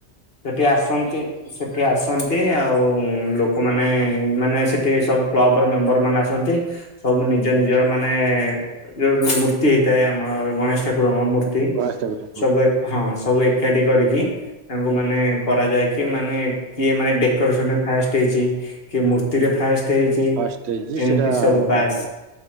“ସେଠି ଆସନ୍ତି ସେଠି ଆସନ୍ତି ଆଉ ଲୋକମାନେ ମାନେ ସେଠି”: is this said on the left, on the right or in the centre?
Left